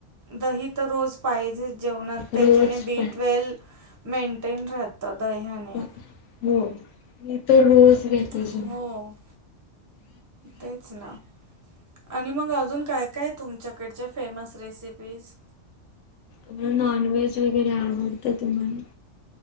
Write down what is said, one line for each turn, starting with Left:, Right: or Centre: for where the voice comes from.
Right: दही तर रोज पाहिजे जेवणात त्याच्याने
Left: रोज
Right: बी
Left: पाहिजे.
Right: ट्वेल मेंटेन राहत दह्याने
Left: हो मी तर रोज वेेतज
Right: हो तेच ना आणि मग अजून काय काय तुमच्याकडच्या फेमस रेसिपीज
Left: आप नॉन वेज वगैर आवडत तुम्हाला